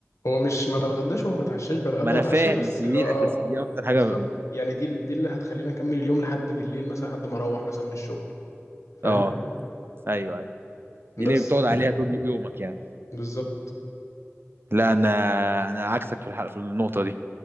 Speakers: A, on the left; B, on the right.
A: هو مش ما بتغداش وما بتعشاش بتغدى
B: ما انا
A: واتعشى
B: فاهم
A: بس
B: بس دي
A: اللي هو
B: الاساسيه
A: اه
B: دي اكتر حاجه
A: بالظبط
B: ب-
A: يعني دي دي اللي هتخليني اكمل اليوم لحد بالليل مثلا لحد ما اروح مثلا من الشغل فاهم
B: اه ايوه ايوه دي اللي
A: بس
B: بتقعد عليها طول يومك يعني
A: بالظبط
B: لا انا انا عكسك في الحلقه في النقطه دي